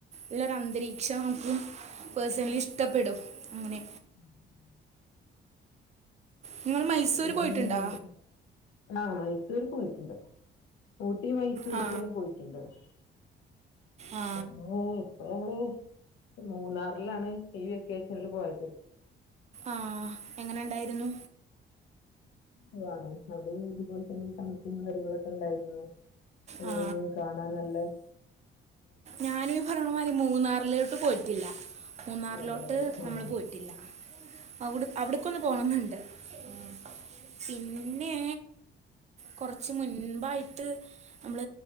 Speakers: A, on the right; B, on the left.
A: എല്ലര അന്തരീക്ഷം നമുക്ക പേഴ്സണലി ഇഷ്ടപ്പെടും അങ്ങനെ
B: ആഹ ഉ
A: നിങ്ങൾ മൈസൂർ
B: ഇനി
A: പോയിട്ടുണ്ടോ
B: എന്താ അങ്ങോട്ട് ആഹ മൈസൂര് പോയിട്ടുണ്ട് ഊട്ടി മൈസൂരൊക്കെനെ
A: ആ
B: പോയിട്ടുണ്ടോന്ന
A: ആ
B: മ്മള് മൂന്നാറിലാണ് ഈ വെക്കേഷനിൽ പോയത്
A: ആഹ എങ്ങനെ ഇണ്ടായിരുന്നു
B: അവിടൊണ് അവിടെ ഇതുപോലെ തന്നെ തമുപ്പുന്ന കാര്ങ്ങളൊക്കെ ഉണ്ടായിരുന്നു ഉം
A: ആ
B: കാണൻല്ലേ
A: ഞാനും പറഞ്ഞ മാതിരി മൂന്നാറിലോട്ട് പോയിറ്റില്ല മൂന്നാറിലോട്ട്
B: ആണല്ലേ
A: നമ്മള്
B: ആഹ്
A: പോയിട്ടില്ല അ അവിടക്കൊന്ന് പോണംന്നുണ്ട് ഉ പിന്നെ കുറച്ച് മുൻപായിട്ട് നമ്മൾ